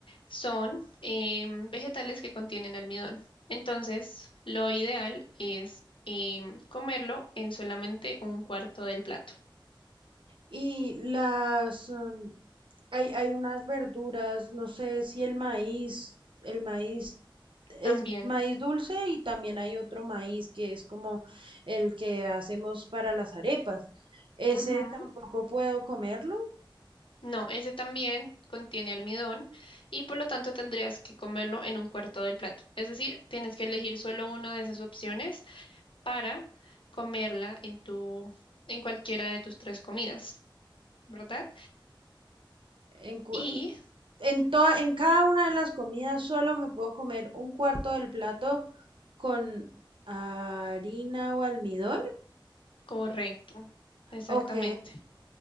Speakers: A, on the left; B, on the right.
A: son em, vegetales que contienen almidón. Entonces, lo ideal es em, comerlo en solamente un cuarto del plato.
B: Y las, mm, hay, hay unas verduras, no sé si el maíz, el maíz es
A: También.
B: maíz dulce y también hay otro maíz que es como el que hacemos para las arepas. Ese
A: Ujú.
B: tampoco puedo comerlo.
A: No, ese también contiene almidón y por lo tanto tendrías que comerlo en un cuarto del plato. Es decir, tienes que elegir solo una de esas opciones para comerla en tu, en cualquiera de tus tres comidas, ¿verdad?
B: En, cua-
A: Y
B: en, toda, en cada una de las comidas solo me puedo comer un cuarto del plato con harina o almidón
A: correcto, exactamente.
B: Ok,